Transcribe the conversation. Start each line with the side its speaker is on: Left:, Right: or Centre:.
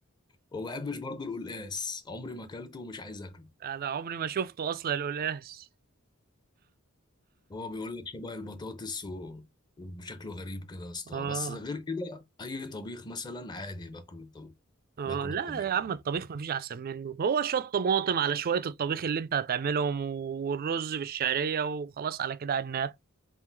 Left: وما بحبش برضه القلقاس عمري ما اكلته ومش عايز اكله
Right: انا عمري ما شفته اصلا القلقاس
Left: هو بيقول لك شبه البطاطس و... وشكله غريب كده يا اسطى
Right: اه
Left: بس غير كده اي طبيخ مثلا عادي باكل الطبيخ
Right: اه
Left: باكل
Right: لا
Left: الطبيخ
Right: يا عم
Left: عادي
Right: الطبيخ مفيش احسن منه هو شويه طماطم على شويه الطبيخ اللي انت هتعملهم والرز بالشعريه وخلاص على كده عناب